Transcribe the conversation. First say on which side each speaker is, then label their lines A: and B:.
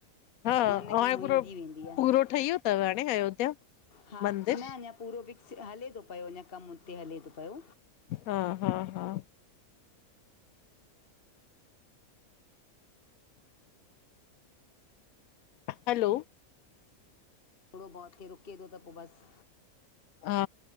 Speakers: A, on the left; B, on the left.
A: हा
B: मन खे मोहींदी
A: ऐं पूरो
B: वेंदी आहे
A: पूरो ठही वयोतव हाणे अयोध्या।
B: हा
A: मंदिर?
B: न अंञा पूरो विक्स हले थो पयो अञां कम उते हले थो पयो।
A: हा -हा- हा। हैलो।
B: थोडो बहुत रुके थो त पोइ बस।
A: हा